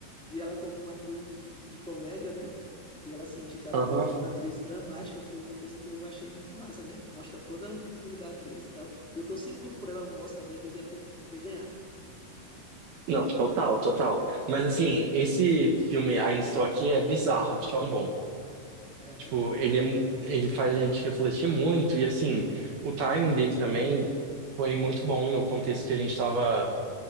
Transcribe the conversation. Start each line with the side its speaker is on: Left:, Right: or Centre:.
Centre: E ela, como uma atriz de, de comédia, né? E ela ser indicada
Right: Aham.
Centre: como uma atriz dramática foi uma coisa que eu achei muito massa, né? Mostra toda a amplitude da atriz e tal. E eu torci muito por ela no Oscar, deveria ter, ter ganhado.
Right: Não, total, total. Mas assim, esse filme Ainda Estou Aqui é bizarro, de tão bom.
Centre: É, né?
Right: Tipo, ele, é mu- ele faz a gente refletir muito e assim, o timing dele também foi muito bom no contexto que a gente estava